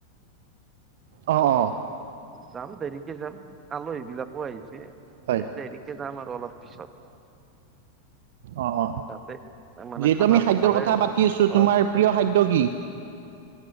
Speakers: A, on the right (about 55°); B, on the right (about 20°).
A: অ অ
B: যাম দেৰিকে যাম আলহীবিলাকো আহিছে
A: হয়
B: এ দেৰিকে যাম আৰু অলপ পিছত
A: অ অ
B: তাতে মানে
A: যিহেতু
B: খানাটো
A: আমি খাদ্যৰ
B: ভালে
A: কথা
B: হ'ব।
A: পাতি আছো
B: হয়।
A: তোমাৰ প্ৰিয় খাদ্য কি